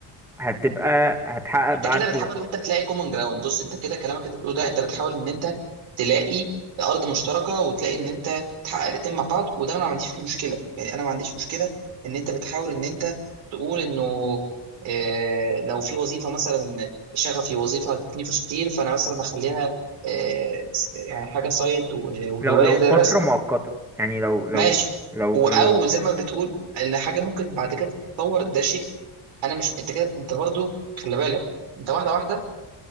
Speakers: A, in the centre; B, on the right.
A: هتبقى هتحقق
B: انت
A: بعد
B: كده بتحاول ان انت تلاقي كومن جراوند بص انت كده كلامك انت بتقوله ده انت بتحاول ان انت تلاقي ارض مشتركه وتلاقي ان انت تحقق الاتنين مع بعض وده انا ما عنديش فيه مشكله يعني انا ما عنديش مشكله ان انت بتحاول ان انت تقول انه اه لو في وظيفه مثلا شغفي وظيفه هتديني فلوس كتير فانا مثلا اخليها اه يعني حاجه سايد وهوايه
A: لو لو
B: زي
A: فترة
B: الرسم
A: مؤقتة يعني لو لو
B: ماشي
A: لو
B: و-
A: لو
B: او زي ما بتقول ان حاجه ممكن بعد كده تتطور ده شيء انا مش انت كده انت برضو خلي بالك انت واحده واحده